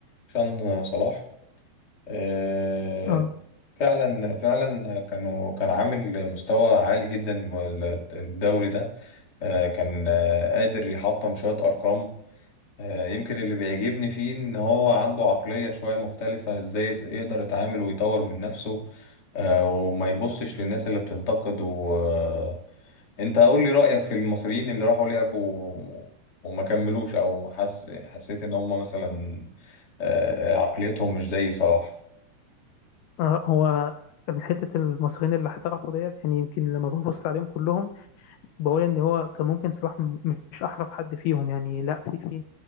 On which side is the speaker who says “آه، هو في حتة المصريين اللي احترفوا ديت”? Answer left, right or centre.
Left